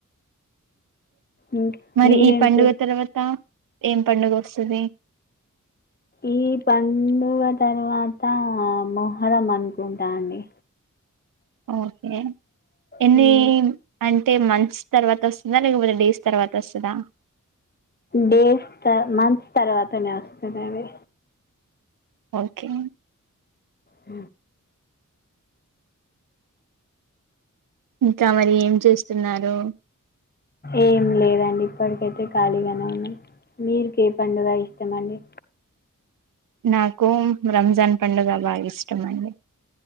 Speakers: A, on the left; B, on the right.
A: ఇంకా
B: మరి
A: మీరేం
B: ఈ పండుగ
A: చేస్
B: తర్వాత ఏం పండుగ వస్తది
A: ఈ పండుగ తర్వాత మొహర్రం అనుకుంటా అండి
B: ఓకే ఎన్నీ
A: హ్మ్.
B: అంటే మంత్స్ తర్వాత వస్తదా లేకపోతె డేస్ తర్వాత వస్తదా
A: డేస్ త మంత్స్ తర్వాతనే వస్తది అండి
B: ఓకే
A: హ
B: ఇంకా మరి ఏం చేస్తున్నారు
A: ఏం లేదండి ఇప్పడికైతే ఖాళీగానే ఉన్నాను మీరికి ఏ పండుగ ఇష్టం అండి
B: నాకు రంజాన్ పండుగ బాగా ఇష్టం అండి